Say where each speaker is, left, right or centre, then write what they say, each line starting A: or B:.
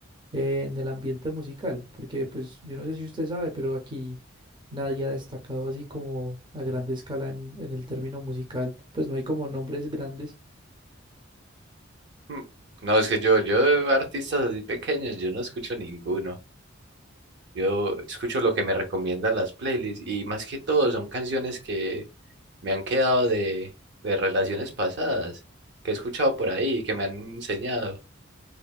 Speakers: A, on the right; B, on the right.
A: en el ambiente musical. Porque, pues, yo no sé si usted sabe, pero aquí nadie ha destacado así como a grande escala en, en el término musical. Pues no hay como nombres grandes.
B: Mm. No, es que yo, yo de artistas así pequeños, yo no escucho ninguno. Yo escucho lo que me recomiendan las playlists y más que todo son canciones que me han quedado de, de relaciones pasadas, que he escuchado por ahí, que me han enseñado.